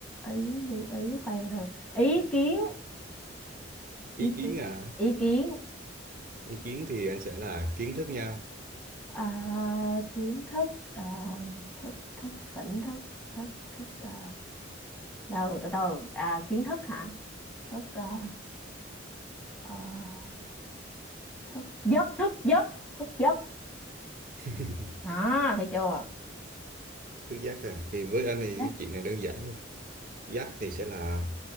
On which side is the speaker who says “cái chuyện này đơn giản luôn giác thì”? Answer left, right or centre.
Right